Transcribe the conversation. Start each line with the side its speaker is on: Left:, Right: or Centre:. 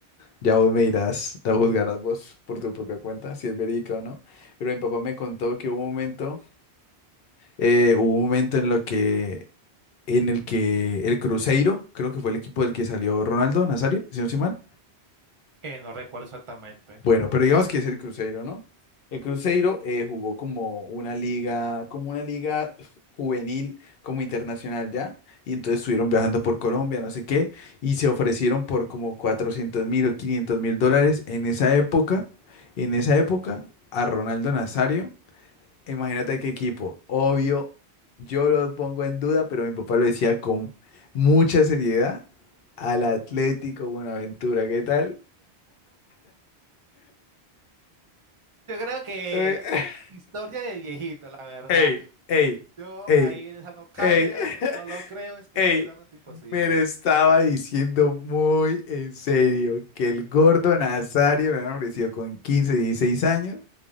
Left: Ya vos me dirás, la juzgarás vos por tu propia cuenta, si es verídica o no. Pero mi papá me contó que hubo un momento, eh, hubo un momento en lo que, en el que el Cruzeiro, creo que fue el equipo del que salió Ronaldo Nazario, si no estoy mal,
Right: Eh, no recuerdo exactamente.
Left: Bueno, pero digamos que es el Cruzeiro, ¿no? El Cruzeiro eh, jugó como una liga, como una liga juvenil, como internacional ya, y entonces estuvieron viajando por Colombia, no sé qué, y se ofrecieron por como cuatrocientos mil o quinientos mil dólares en esa época, en esa época, a Ronaldo Nazario. Imagínate qué equipo. Obvio, yo lo pongo en duda, pero mi papá lo decía con mucha seriedad al Atlético Buenaventura, ¿qué tal?
Right: Yo creo que
Left: <laughs>
Right: historia de viejito, la verdad.
Left: Ey, ey,
Right: Yo
Left: ey,
Right: ahí en esa no caigo,
Left: ey,
Right: no lo creo,
Left: <laughs>
Right: es completamente
Left: ey.
Right: imposible.
Left: Me lo estaba diciendo muy en serio que el gordo Nazario lo han ofrecido con 15, 16 años